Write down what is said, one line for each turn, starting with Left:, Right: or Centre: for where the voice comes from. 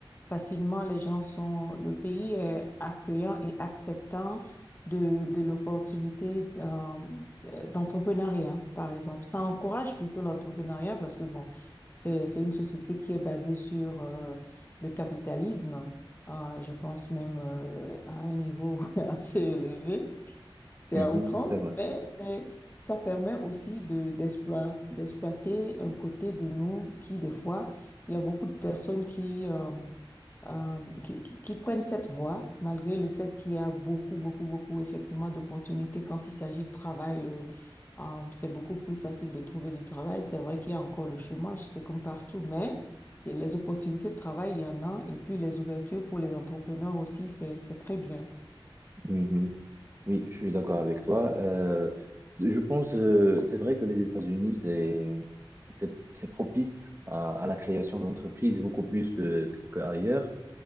Left: Facilement, les gens sont, le pays est accueillant et acceptant de, de l'opportunité d'un- euh, d'entrepreneuriat, par exemple. Ça encourage plutôt l'entrepreneuriat parce que, bon, c'est, c'est une société qui est basée sur euh, le capitalisme, euh, je pense même euh, à un niveau <laughs> assez élevé. C'est
Right: Mhm,
Left: à outrance,
Right: c'est vrai.
Left: mais c'est- ça permet aussi de, d'exploit- d'exploiter un côté de nous qui, des fois, il y a beaucoup de personnes qui, euh, euh, qui, qui- qui prennent cette voie, malgré le fait qu'il y a beaucoup, beaucoup, beaucoup, effectivement, d'opportunités. Quand il s'agit de travail, euh, euh, c'est beaucoup plus facile de trouver du travail. C'est vrai qu'il y a encore le chômage, c'est comme partout, mais les opportunités de travail, il y en a. Et puis, les ouvertures pour les entrepreneurs aussi, c'est, c'est très bien.
Right: Mhm. Oui, je suis d'accord avec toi. Euh, je pense, euh, c'est vrai que les États-Unis, c'est, c'est, c'est propice à, à la création d'entreprises beaucoup plus que, que- qu'ailleurs.